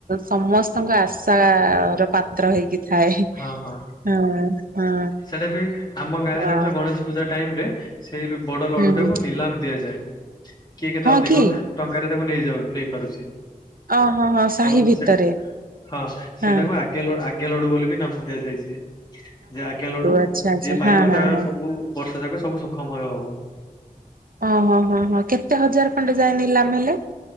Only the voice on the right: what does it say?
ସମସ୍ତଙ୍କ ଆଶାର ପାତ୍ର ହେଇକି ଥାଏ।
ହଁ ହଁ।
ହଁ
ହୁଁ
ହଁ
କି
ଓ ହଁ ହଁ ସାହି
ଭିତରେ
ହଁ।
ଆଚ୍ଛା ଆଚ୍ଛା
ହଁ
ହଁ
ହଁ।
ହଁ ହଁ ହଁ କେତେ ହଜାର ଖଣ୍ଡେ ଯାଏ ନିଲାମ ହେଲେ?